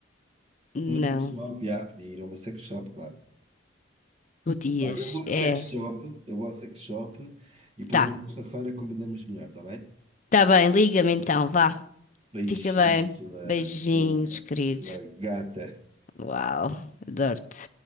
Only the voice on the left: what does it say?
Não.
Podias.
É.
Tá.
Tá bem, liga-me então, vá.
Fica bem.
Beijinhos,
querido.
Uau, adoro-te.